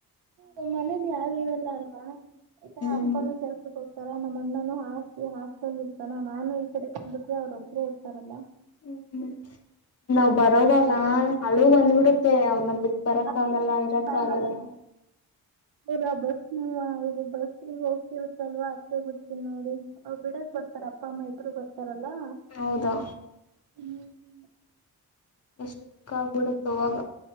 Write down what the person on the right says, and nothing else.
ಹಂಗ್ ಮನೇಲಿ ಯಾರು ಇರಲ್ಲಾ ಅಲ್ವಾ. ಹಾಹ ಅದೇ
ಅಪ್ಪಾನು ಕೆಲಸಕ್ ಹೋಗ್ ಕರೆ ನಮ್ ಅಣ್ಣಾನು ಹಾಕಿ ಹಾಕಿ <unintelligible> ನಾನು ಈಕಡೆ ಬಂದಬಿಟ್ರೆ ಅವ್ರೊಬ್ರೆ ಇರ್ತಾರಲಾ
ಅತ್ತೆ ಬಿಡ್ತೀನಿ
ನಾನಾದ್ರೂ <inaudible> ಬಸ್ ಮೂವ್ ಆಗಿ <unintelligible> ಬಸ್ ಹಿಂಗ ಹೋಗ್ತಿರುತ್ತಲ್ವಾ ಅತ್ತೇ ಬಿಡ್ತೀನೋಡಿ ಅವ್ರ ಬಿಡಾಕ್ ಬರ್ತಾರ ಅಪ್ಪಾ ಅಮ್ಮಾ ಇಬ್ರು ಅಲಾ
ಹ್ಮ್ ಬ